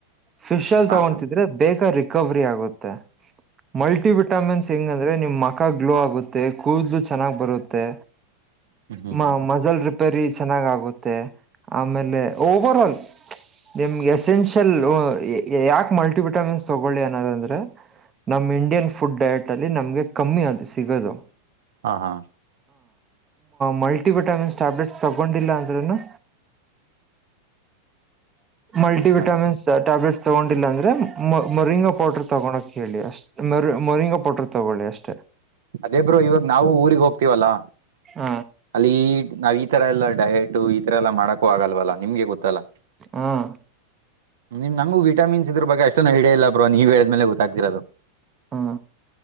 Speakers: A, on the right; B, on the right.
A: ಫಿಶ ಆಯಿಲ್
B: ಹಾ
A: ತಗೊತಿದ್ರೆ
B: ಹಾ
A: ಬೇಗ ರಿಕವರಿ ರಿಕವರಿ ಆಗುತ್ತೆ ಮಲ್ಟಿ ಬಿ ವಿಟಮಿನ್ಸ್ ಹೆಂಗಂದ್ರೆ ನಿಮ್ಮ ಮಕ್ಕ ಗ್ಲೋ ಆಗುತ್ತೆ ತ್ತೆ. ಕೂದಲು ಚೆನ್ನಾಗ್ ಬರುತ್ತೆ.
B: ಹ್ಮ್ ಹ್ಮ್
A: ಮ
B: ಹ್ಮ್
A: ಮಜಲ್ ರಿಪೇರಿ ಚೆನ್ನಾಗ ಆಗುತ್ತೆ ಆಮೇಲೆ ಓವರ್ ಆಲ್ ನಿಮ್ಗೆ ಎಸೆನ್ಷಿಯಲ್ ಯಾಕ ಮಲ್ಟಿವಟಮಿನ್ಸ್ ತಗೊಳ್ಳಿ ಅನ್ನೋದಂದ್ರೆ ನಮ ಇಂಡಿಯನ್ ಫುಡ್ ಡಯಟ್ ಅಲ್ಲಿ ನಮ್ಗೆ ಕಮ್ಮಿ ಅದು ಸಿಗೋದು.
B: ಹಾ ಹಾ.
A: ಮಲ್ಟಿ ವಿಟಾಮಿನ್ ಟ್ಯಾಬ್ಲೆಟ್ ತಗೊಂಡಿಲ್ಲ ಅಂದ್ರನು. ಮಲ್ಟಿ ವಿಟಾಮಿನ್ಸ್
B: ಹಾಗೆ.
A: ಟ್ಯಾಬ್ಲೆಟ್ಸ್ ತಗೊಂಡಿಲ್ಲ ಅಂದ್ರೆ. ಮ ಮರಿಂಗಾ ಪೌಡರ್ ತಗೊಳೋಕ್ ಹೇಳಿ ಅಷ್ಟ ಮರಿ ಮರಿಂಗಾ ಪೌಡ್ರ ತಗೊಳ್ಳಿ ಅಷ್ಟೇ.
B: ಅದೇ ಬ್ರೋ ಇವಾಗ ನಾವು ಊರಿಗ್ ಹೋಗ್ತಿವಲ್ಲಾ.
A: ಹ
B: ಅಲ್ಲಿ ನೈ ಈ ತರ ಎಲ್ಲ ಡಯಟು ಈತರ ಎಲ್ಲ ಮಾಡೋಕೂ ಆಗಲ್ವಲ್ಲ ನಿಮ್ಗೆ ಗೊತ್ತಲ್ಲಾ.
A: ಹೂಂ.
B: ನಿಮ್ ನಂಗು ವಿಟಮಿನ್ಸ್ ಇಂದ್ರ ಬಾಗಷ್ಟು ಇಡ ಇಲ್ಲ ಬ್ರೋ ನೀವ ಹೇಳಿದ್ಮೇಲೆ ಗೊತ್ತಾಗ್ತಿರೋದು.
A: ಹಾ.